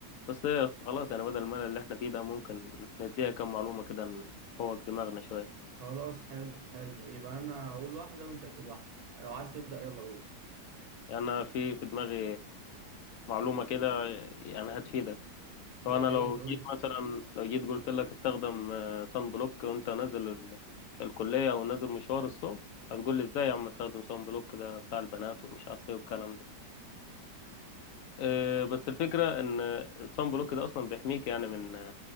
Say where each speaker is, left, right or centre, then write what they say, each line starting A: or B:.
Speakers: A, on the left; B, on the right.
A: بس إيه، خلاص يعني بدل الملل اللي احنا فيه ده ممكن نديها كم معلومه كده نفوق دماغنا شويه
B: خلاص حلو حلو يبقى انا هقول واحده وانت تقول واحده لو عايز تبدا يلا قول
A: يعني انا في في دماغي معلومه كده يعني هتفيدك
B: يا
A: لو انا
B: ريت
A: لو
B: قول
A: جيت
B: لي.
A: مثلا لو جيت قلت لك استخدم آه، صن بلوك وانت نازل ال- الكليه او نازل مشوار الصبح هتقول لي ازاي يا عم استخدم صن بلوك ده بتاع البنات ومش عارف ايه والكلام ده آه، بس الفكرة إن الصن بلوك ده أصلا بيحميك يعني من